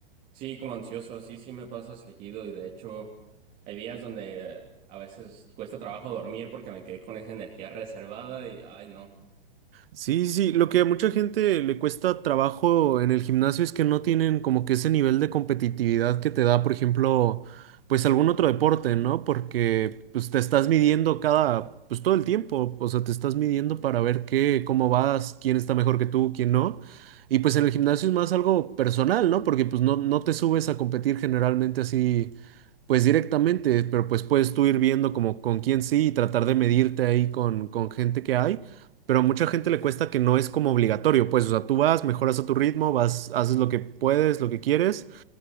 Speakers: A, on the right (about 25°); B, on the right (about 75°).
A: Sí, como ansioso, sí, sí me pasa seguido y de hecho hay días donde a veces cuesta trabajo dormir porque me quedé con esa energía reservada y ay no.
B: Sí, sí, sí, lo que a mucha gente le cuesta trabajo en el gimnasio es que no tienen como que ese nivel de competitividad que te da, por ejemplo, pues algún otro deporte, ¿no? Porque pues te estás midiendo cada, pues todo el tiempo, o sea, te estás midiendo para ver qué, cómo vas, quién está mejor que tú, quién no. Y pues en el gimnasio es más algo personal, ¿no? Porque pues no, no te subes a competir generalmente así, pues directamente, pero pues puedes tú ir viendo como con quién sí y tratar de medirte ahí con, con gente que hay pero a mucha gente le cuesta que no es como obligatorio, pues, o sea, tú vas, mejoras a tu ritmo, vas, haces lo que puedes, lo que quieres,